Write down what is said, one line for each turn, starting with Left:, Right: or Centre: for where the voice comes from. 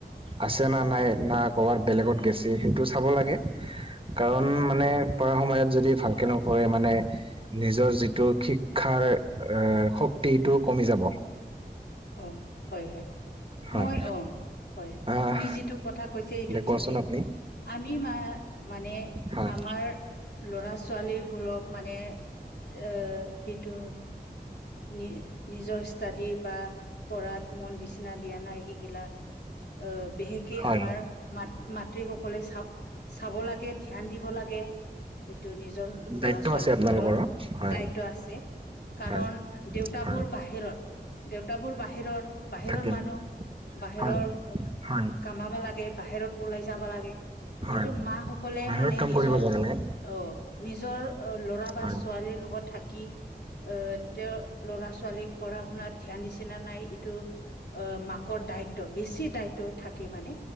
Right: আছে না নাই না ক'ৰবাত বেলেগত গেছে সেইটো চাব লাগে কাৰণ
Left: অ
Right: মানে পঢ়া সময়ত যদি ভালকে নপঢ়ে মানে নিজৰ যিটো শিক্ষাৰ এ শক্তিটো কমি যাব
Left: অ হয় হয়
Right: হয়
Left: মই অ হয়
Right: আহ
Left: আপুনি যিটো কথা কৈছে সেইটো
Right: দে কোৱাচোন
Left: ঠিকে
Right: আপুনি
Left: আমি মা মানে
Right: হয়
Left: আমাৰ লৰা ছোৱালীবোৰক মানে অ সেইটো নি নিজৰ ষ্টাডি বা পঢ়াত মন দিচি না দিয়া নাই সেইগিলা আহ বিশেষকে
Right: হয়
Left: আমাৰ মাত মাতৃ সকলে চাওক চাব লাগে ধ্যান দিব লাগে এইটো নিজৰ
Right: দায়িত্ব
Left: ল'ৰা ছোৱালীৰ
Right: আছে আপোনালোকৰো
Left: কাৰণ
Right: হয়
Left: দায়িত্ব আছে কাৰণ
Right: হয়
Left: দেউতাবোৰ
Right: হয়
Left: বাহিৰত দেউতাবোৰ বাহিৰৰ বাহিৰৰ
Right: থাকে
Left: মানুহ বাহিৰৰ
Right: হয় হয়
Left: কামাবা লাগে বাহিৰত ওলাই যাবা লাগে।
Right: হয়
Left: কিন্তু মা সকলে
Right: বাহিৰত
Left: মানে
Right: কাম
Left: নিজৰ-
Right: কৰিব যাব লাগে
Left: অ নিজৰ অ ল'ৰা বা
Right: হয়
Left: ছোৱালীৰ লগত থাক- কি এ তেওঁ ল'ৰা ছোৱালীক পঢ়া শুনাত ধ্যান দিছে না নাই এইটো অ মাকৰ দায়িত্ব বেছি দায়িত্ব থাকে মানে।